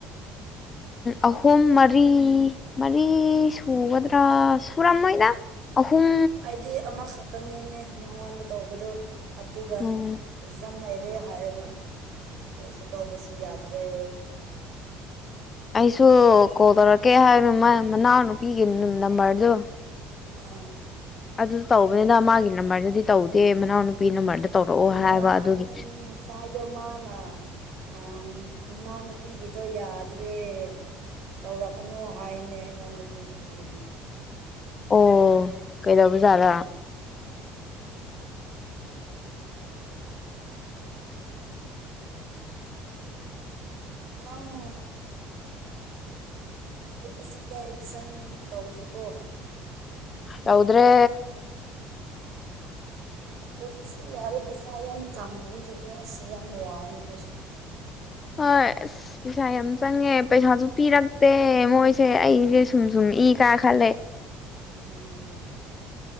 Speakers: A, on the left (about 25°); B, on the right (about 60°).
A: ꯑꯍꯨꯝ ꯃꯔꯤ ꯃꯔꯤ ꯁꯨꯒꯗ꯭ꯔꯥ ꯁꯨꯔ ꯑꯃ ꯃꯣꯏ ꯑꯍꯨꯝ
B: ꯑꯩꯗꯤ ꯑꯃꯈꯛꯇꯅꯤꯅꯦ ꯃꯉꯣꯟꯗ ꯇꯧꯕꯗꯣ ꯑꯗꯨꯒ
A: ꯎꯝ
B: ꯑꯦꯛꯖꯥꯝ ꯂꯩꯔ ꯔꯦ ꯍꯥꯏꯔꯒ ꯀꯣꯁꯨ ꯇꯧꯕꯁꯨ ꯌꯥꯗ꯭ꯔꯦ
A: ꯑꯩꯁꯨ ꯀꯣꯜ ꯇꯧꯔꯛꯀꯦ ꯍꯥꯏꯕꯅ ꯃꯅꯥꯎꯅꯨꯄꯤꯒꯤ ꯅꯝꯕꯔꯗꯨꯣ
B: ꯎꯝ
A: ꯑꯗꯨ ꯇꯧꯕꯅꯤꯅ ꯃꯥꯒꯤ ꯅꯝꯕꯔꯗꯗꯤ ꯇꯧꯗꯦ ꯃꯅꯥꯎꯅ ꯅꯨꯄꯤ ꯅꯝꯕꯔꯗ ꯇꯧꯔꯛꯑꯣ
B: ꯉꯔꯥꯡꯁꯥꯏꯗꯃꯅ
A: ꯍꯥꯏꯕ ꯑꯗꯨꯒꯤ
B: ꯑ ꯃꯅꯥꯎ ꯅꯨꯄꯤꯒꯤꯗꯣ ꯌꯥꯗ꯭ꯔꯦ ꯇꯧꯔꯛꯀꯅꯨ ꯍꯥꯏꯅꯦ ꯑꯩꯉꯣꯟꯗꯗꯤ ꯀꯔꯤꯒꯦꯔꯥ
A: ꯑꯣ ꯀꯩꯗꯧꯕꯖꯥꯔ
B: ꯑꯪ ꯁꯤ ꯁꯤꯗ ꯑꯦꯗꯃꯤꯁꯟ ꯇꯧꯗ꯭ꯔꯤꯀꯣ
A: ꯇꯎꯗ꯭ꯔꯦ
B: ꯑꯗꯨꯁꯨ ꯌꯥꯔꯦ ꯄꯩꯁꯥ ꯌꯥꯝ ꯇꯪꯕꯒꯤꯀꯣ ꯑꯁꯦ ꯌꯥꯝ ꯋꯥꯏꯅꯦꯈꯣꯏꯖꯤꯛ
A: ꯍꯣꯏ ꯑꯁ ꯄꯩꯁꯥ ꯌꯥꯝ ꯆꯪꯉꯦ ꯄꯩꯁꯥꯁꯨ ꯄꯤꯔꯛꯇꯦ ꯃꯣꯏꯁꯦ ꯑꯩꯁꯦ ꯁꯨꯝ ꯁꯨꯝ ꯏ ꯀꯥ ꯈꯦ
B: ꯎꯝ